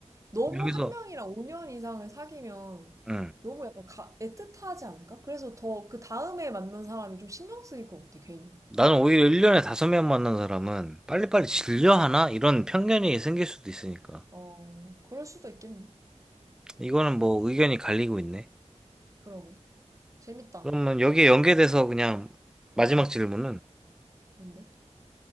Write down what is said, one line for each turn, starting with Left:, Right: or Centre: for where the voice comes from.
Right: 너무
Centre: 여기서,
Right: 한 명이랑 5년 이상을 사귀면
Centre: 응.
Right: 너무 약간 가- 애틋하지 않을까? 그래서 더 그 다음에 만난 사람이 좀 신경 쓰일 것 같아, 괜히.
Centre: 나는 오히려 1년에 5명 만난 사람은 빨리빨리 질려하나?
Right: 어,
Centre: 이런 편견이 생길 수도 있으니까.
Right: 어, 그럴 수도 있겠네.
Centre: 이거는 뭐 의견이 갈리고 있네.
Right: 그러게. 재밌다. 어,
Centre: 그러면 여기에 연계돼서 그냥
Right: 어.
Centre: 마지막 질문은,
Right: 뭔데?